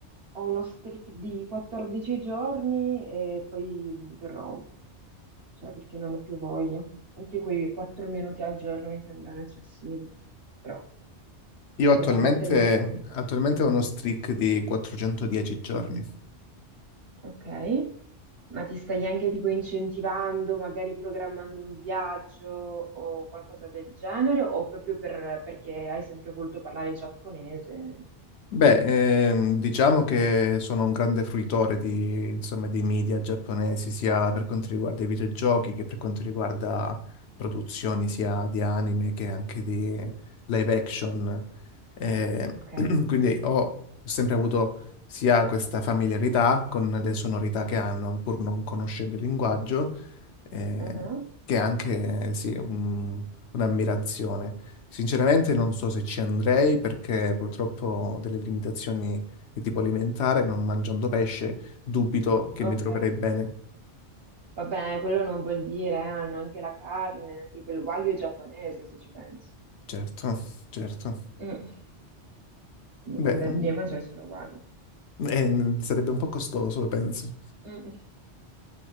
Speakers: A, on the right; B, on the left.
A: uno streak di 14 giorni e poi mi interrompo, cioè perché non ho più voglia. Anche quei 4 minuti al giorno mi sembrano eccessivi, però
B: Io attualmente,
A: devo mettermi sotto.
B: attualmente ho uno streak di 410 giorni.
A: Ok. Ma ti stai anche tipo incentivando, magari programmando un viaggio o qualcosa del genere, o proprio per- perché hai sempre voluto parlare giapponese?
B: Beh, ehm, diciamo che sono un grande fruitore di, insomma, dei media giapponesi, sia per quanto riguarda i videogiochi che per quanto riguarda produzioni sia di anime che anche di live action. Eh,
A: Ok.
B: <clears throat> quindi ho sempre avuto sia questa familiarità con le sonorità che hanno, pur non conoscendo il linguaggio, eh,
A: Mhm.
B: che anche, sì, un- un'ammirazione. Sinceramente non so se ci andrei perché purtroppo ho delle limitazioni di tipo alimentare, non mangiando pesce, dubito che
A: Ok.
B: mi troverei bene.
A: Vabbè, quello non vuol dire, eh, hanno anche la carne, tipo il wagyu giapponese, se ci pensi.
B: Certo, certo.
A: Mm. Quindi
B: Beh,
A: puoi andare
B: mm,
A: lì a mangiare solo wagyu.
B: eh, sarebbe un po' costoso, penso.
A: Mm.